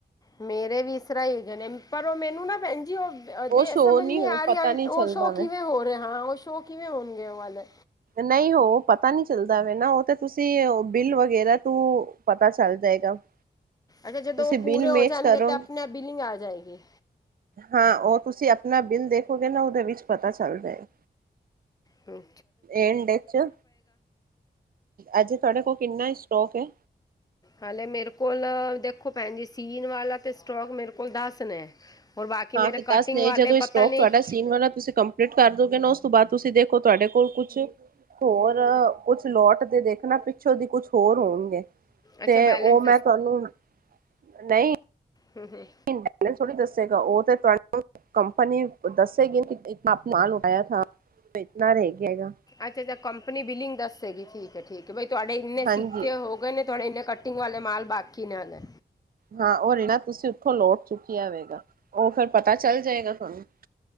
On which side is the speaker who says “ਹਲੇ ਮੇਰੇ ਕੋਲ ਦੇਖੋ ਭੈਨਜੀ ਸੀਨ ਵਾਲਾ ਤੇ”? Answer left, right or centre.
Left